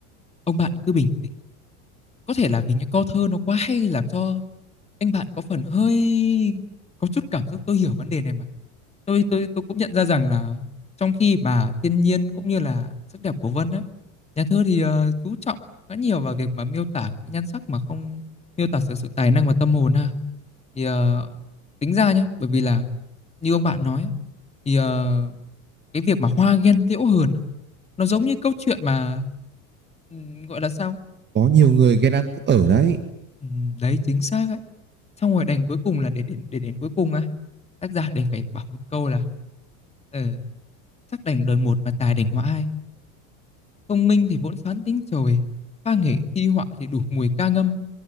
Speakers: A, on the left; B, on the right.
A: ông bạn cứ bình tĩnh có thể là vì những câu thơ nó quá hay làm cho anh bạn có phần hơi có chút cảm xúc tôi hiểu vấn đề này mà tôi tôi tôi cũng nhận ra rằng là trong khi mà thiên nhiên cũng như là sắc đẹp của Vân á nhà thơ thì ờ, chú trọng khá nhiều vào việc mà miêu tả cái nhan sắc mà không miêu tả sự sự tài năng và tâm hồn ha thì ờ, tính ra nhá bởi vì là như ông bạn nói á, thì ờ, cái việc mà hoa ghen liễu hờn á, nó giống như câu chuyện mà ừm, gọi là sao
B: có nhiều người ghen ăn tức ở đấy
A: Ừm, đấy, chính xác ấy. Xong rồi đành cuối cùng là để đến để đến cuối cùng á, tác giả đành phải bảo một câu là "Ờ, sắc đành đời một mà tài đành họa hai, công minh thì vốn xoán tính trời, pha nghệ thi họa thì đủ mùi ca ngâm,